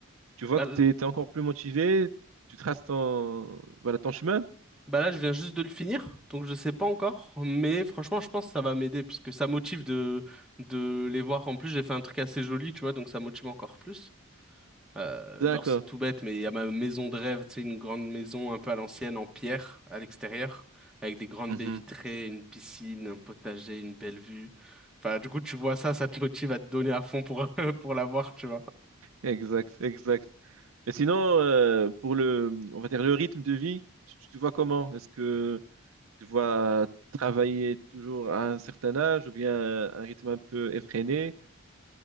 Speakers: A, on the right; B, in the centre.
A: Tu vois
B: Bah,
A: que
B: l-
A: tu es, encore plus motivé. Tu traces ton, voilà, ton chemin.
B: bah là, je viens juste de le finir, donc je sais pas encore, mais franchement, je pense que ça va m'aider parce que ça motive de de les voir. En plus, j'ai fait un truc assez joli, tu vois, donc ça motive encore plus. Euh,
A: D'accord.
B: genre, c'est tout bête, mais il y a ma maison de rêve, tu sais, une grande maison un peu à l'ancienne en pierre à l'extérieur, avec des grandes
A: Mhm,
B: baies vitrées, une piscine, un potager, une belle vue. Enfin, du coup, tu vois ça, ça te motive à te donner à fond pour <laughs> pour l'avoir, tu vois.
A: Exact, exact. Et sinon, euh, pour le, on va dire le rythme de vie, tu, tu te vois comment? Est-ce que Je te vois travailler toujours à un certain âge ou bien un rythme un peu effréné.